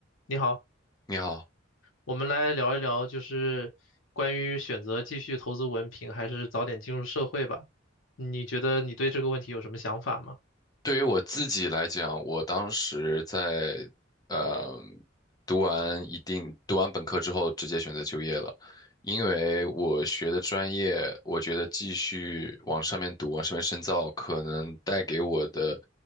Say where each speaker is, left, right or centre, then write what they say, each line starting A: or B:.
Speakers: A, on the left; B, on the left.
A: 你好，
B: 你好，
A: 我们来聊一聊，就是关于选择继续投资文凭还是早点进入社会吧。你觉得你对这个问题有什么想法吗？
B: 对于我自己来讲，我当时在呃读完一定读完本科之后，直接选择就业了，因为我学的专业，我觉得继续往上面读，往上面深造，可能带给我的